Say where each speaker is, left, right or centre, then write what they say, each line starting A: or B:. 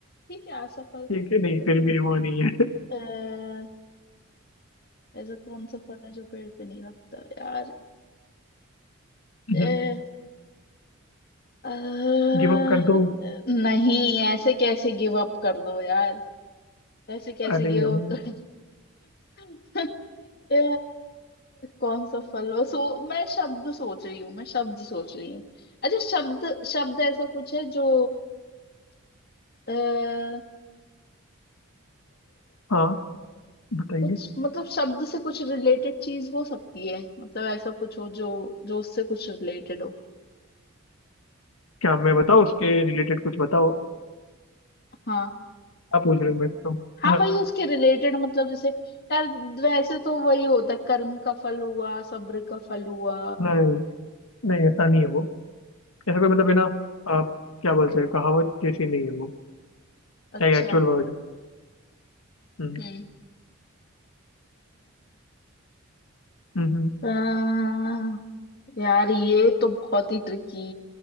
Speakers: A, on the left (about 50°); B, on the left (about 85°).
A: ठीक है असफल
B: ठीक है नहीं फिर भी वो नहीं है
A: अह, ऐसा कौन सा फल है जो पेड़ पे नहीं लगता यार
B: <laughs>
A: अह, अह,
B: गिव अप कर दूं
A: नहीं ऐसे कैसे गिव अप कर दो यार ऐसे कैसे
B: अरे
A: गिव
B: यार
A: अप कर दो <laughs> ए, कौन सा फल हो सो मैं शब्द सोच रही हूँ मैं शब्द सोच रही हूँ अच्छा शब्द शब्द ऐसा कुछ है जो अ, अ,
B: हाँ बताइए
A: कुछ मतलब शब्द से कुछ रिलेटेड चीज हो सकती है मतलब ऐसा कुछ हो जो जो उससे कुछ रिलेटेड हो
B: क्या मैं बताऊँ उसके रिलेटेड कुछ बताओ
A: हाँ
B: क्या पूछ रहे हो मेरे को तुम
A: हाँ
B: हाँ,
A: वही उसके रिलेटेड मतलब जैसे यार वैसे तो वही होता है कर्म का फल हुआ सब्र का फल हुआ
B: नहीं नहीं ऐसा नहीं है वो ऐसा कोई मतलब है ना आप क्या बोलते हैं कहावत जैसी नहीं है वो
A: अच्छा
B: एक एक्चुअल वर्ड है हम्म,
A: हम्म
B: हम्म, हम्म,
A: हम्म यार ये तो बहुत ही ट्रिकी